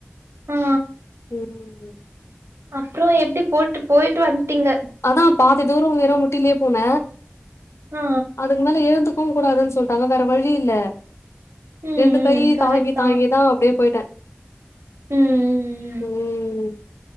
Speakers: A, on the right (about 70°); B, on the left (about 85°).
A: ஆ
B: ம்
A: அப்ற எப்டி போட்டு போய்ட்டு வந்ட்டீங்க
B: அதா பாதி தூர வெரு முட்டிலயே போன
A: ஆ
B: அதுக்கு மேல எழுந்துக் துங் கூடாதுன் சொல்ட்டாங்க வேற வழி இல்ல
A: ம், ம்.
B: ரெண்டு கை
A: கரெக்ட்
B: தாங்கி
A: தான்.
B: தாங்கிதா அப்டியே போய்ட்ட
A: ம், ம்,
B: ம்